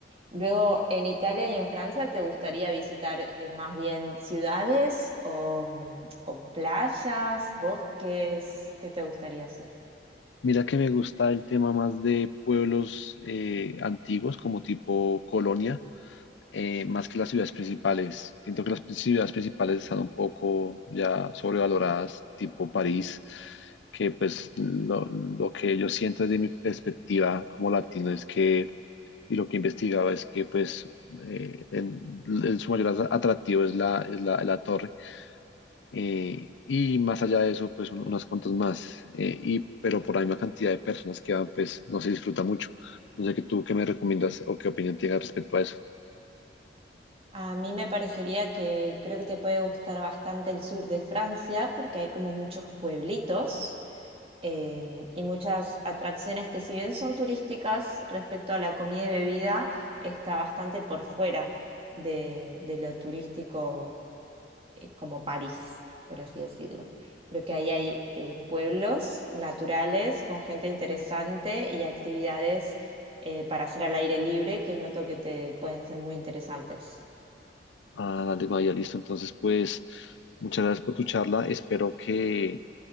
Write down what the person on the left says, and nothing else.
Mira que me gusta el tema más de pueblos eh, antiguos, como tipo Colonia. eh, más que las ciudades principales. Siento que las pri- ciudades principales están un poco ya sobrevaloradas, tipo París, que pues lo, lo que yo siento desde mi perspectiva como latino es que, y lo que he investigado es que pues eh, en, en su mayor atra- atractivo es la, es la, la torre. eh, y más allá de eso, pues un- unas cuantas más. eh, y, pero por la misma cantidad de personas que van, pues no se disfruta mucho. No sé qué tú qué me recomiendas o qué opinión tienes respecto a eso.
Ah, dale, Maya, listo. Entonces, pues, muchas gracias por tu charla. Espero que,